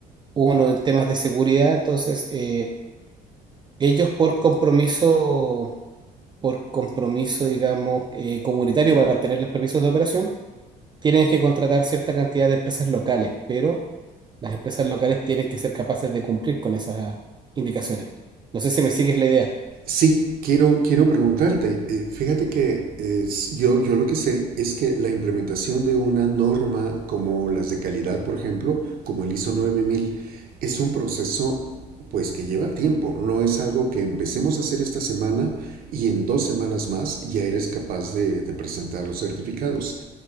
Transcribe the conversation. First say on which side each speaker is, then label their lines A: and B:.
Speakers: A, on the right; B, on the right.
A: uno en temas de seguridad. Entonces, eh, ellos por compromiso... por compromiso, digamos, eh, comunitario para obtener los permisos de operación, tienen que contratar cierta cantidad de empresas locales, pero las empresas locales tienen que ser capaces de cumplir con esas indicaciones. No sé si me sigues la idea.
B: Sí, quiero, quiero preguntarte. eh, fíjate que es- yo, yo lo que sé es que la implementación de una norma como las de calidad, por ejemplo, como el ISO 9000, es un proceso pues que lleva tiempo. No es algo que empecemos a hacer esta semana y en dos semanas más ya eres capaz de, de presentar los certificados.